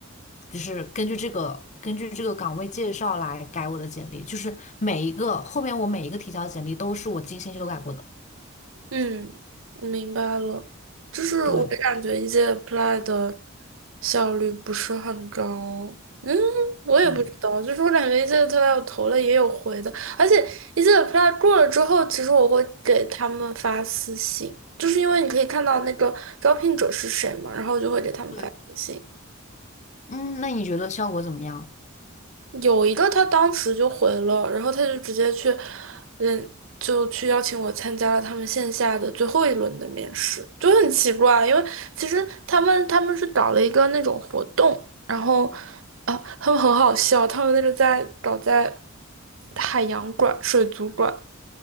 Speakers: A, on the left (about 35°); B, on the right (about 70°).
A: 就是根据这个根据这个岗位介绍来改我的简历，就是每一个后面我每一个提交的简历都是我精心修改过的。
B: 嗯，我明白了，就是我感觉一届
A: 对，
B: apply 的效率不是很高，我也不知道，
A: 对，
B: 就是我感觉一届 apply 我投了也有回的，而且一届 apply 过了之后，其实我会给他们发私信，就是因为你可以看到那个招聘者是谁嘛，然后我就会给他们发私信，
A: 对嗯，那你觉得效果怎么样
B: 有一个他当时就回了，然后他就直接去，嗯，就去邀请我参加了他们线下的最后一轮的面试，就很奇怪，因为其实他们他们是搞了一个那种活动，然后啊，他们很好笑，他们那个在搞在海洋馆、水族馆，